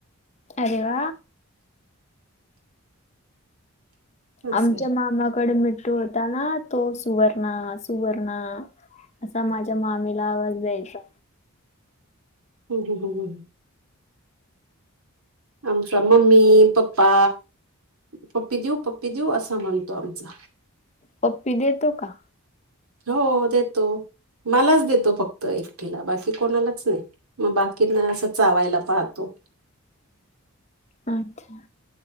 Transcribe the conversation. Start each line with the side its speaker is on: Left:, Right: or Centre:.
Left: अरे वा!
Right: असं
Left: आमच्या
Right: आहे
Left: मामाकडे मिठू होता ना तो सुवर्णा सुवर्णा- असा माझ्या मामीला आवाज द्यायचा.
Right: हुं हुंहुं हुं आमचा मम्मी, पप्पा पप्पी देऊ! पप्पी देऊ! असं म्हणतो आमचा.
Left: पप्पी देतो का?
Right: हों देतो, मलाच देतो फक्त एकटीला बाकी कोणालाच नाही. मग बाकीनां असं चावायला पाहतो.
Left: अच्छा!